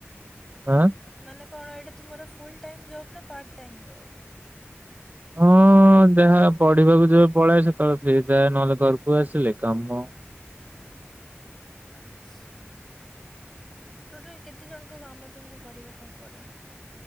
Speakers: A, on the right (about 40°); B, in the centre.
A: ଆଁ?
B: ମାନେ କଣ ଏଇଟା ତୁମର ଫୁଲ୍‌ ଟାଇମ୍ ଜବ୍ ନା ପାର୍ଟ ଟାଇମ୍ ଜବ୍?
A: ହଁ ଯାହା ପଢିବାକୁ ଯେବେ ପଳାଏ ସେତେବେଳେ ଫ୍ରି ଥାଏ ନହେଲେ ଘରକୁ ଆସିଲେ କାମ।
B: ଆଚ୍ଛା ଟୋଟାଲ କେତେ ଜଣଙ୍କ କାମ ତୁମକୁ କରିବା ପାଇଁ ପଡ଼େ?